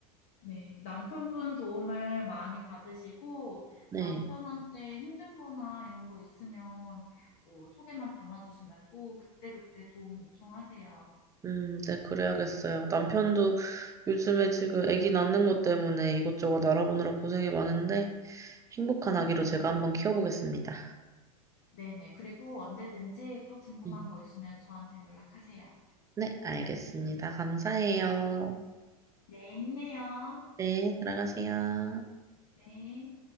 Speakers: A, on the left; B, on the right.
A: 네, 남편분 도움을 많이 받으시고
B: 네.
A: 남편한테 힘든 거나 이런 거 있으면 뭐 속에만 담아두지 말고 그때그때 도움을 요청하세요.
B: 음, 네, 그래야겠어요. 남편도 요즘에 지금 아기 낳는 것 때문에 이것저것 알아보느라 고생이 많은데 행복한 아기로
A: 음.
B: 제가 한번 키워보겠습니다.
A: 네네. 그리고 언제든지 또 궁금한
B: 음.
A: 거 있으면 저한테 연락하세요.
B: 네, 알겠습니다. 감사해요.
A: 네, 힘내요.
B: 네, 들어가세요.
A: 네.